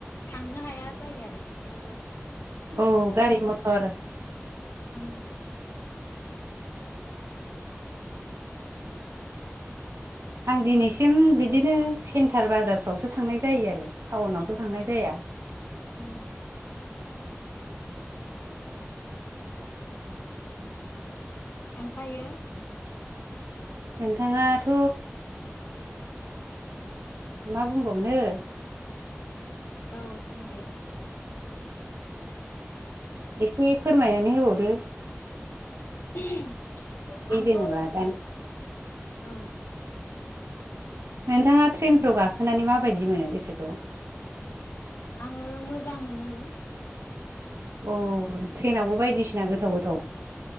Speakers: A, on the left (about 70°); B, on the right (about 70°).
A: थांनो हाया जायो आरो बेफोरावबो
B: औ गारि मथर।
A: औ।
B: आं दिनैसिम बिदिनो सेन्टार बाजारफ्रावसो थांनाय जायो आरो टाउनावथ' थांनाय जाया
A: औ ओमफ्रायो
B: नोंथाङाथ' मा बुंबावनो
A: औ बुंदे
B: एसे फोरमायनानै होबावदो
A: <unintelligible>
B: <unintelligible>
A: आंथ' औ
B: नोंथाङा ट्रेनफ्राव गाखोनानै माबायदि मोनो गोसोखौ
A: आङो मोजां मोनो।
B: अ ट्रेनावबो बायदिसिना गोथाव गोथाव